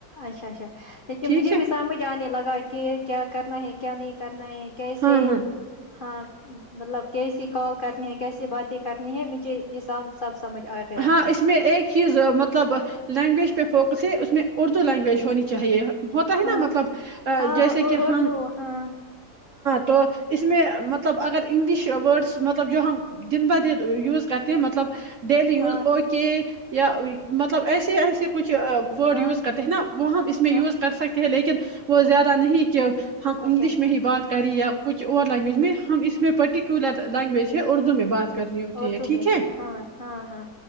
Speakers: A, on the left; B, on the right.
A: اچھا اچھا لیکے
B: ٹھیک
A: مجھے
B: ہے
A: بھی سمجھ آنے لگا کہ کیا کرنا ہے کیا نہیں کرنا ہے کیسے
B: ہاں ہاں
A: ہاں مطلب کیسی کال کرنی ہے کیسی باتیں کرنی ہے مجھے یہ سب سب سمجھ آ گیا
B: ہاں
A: ہے
B: اس میں ایک چیز مطلب لینگویج پہ فوکس ہے اس میں اردو لینگویج ہونی چاہیے ہوتا ہے
A: ہاں
B: نا مطلب
A: ہاں
B: جیسے کہ
A: اردو
B: ہم
A: ہاں
B: تو اس میں مطلب اگر انگلش اوورز مطلب جو ہم دن یوز کرتے ہیں مطلب ڈیلی یوز
A: ہاں
B: اوکے یا مطلب ایسے ایسے کچھ ورڈ
A: ہاں
B: یوز کرتے ہیں نا وہ ہم اس میں یوز
A: ہاں
B: کر سکتے ہیں لیکن وہ زیادہ نہیں کہ ہم انگلش
A: اچھا
B: میں ہی بات کر کری یا کچھ اور لینگویج میں ہم اس میں پ پرٹیکولر لینگویج ہے اردو میں بات کرنی ہوتی
A: اور
B: ہے
A: تو
B: ٹھیک
A: میں
B: ہے
A: ہاں ہاں ہاں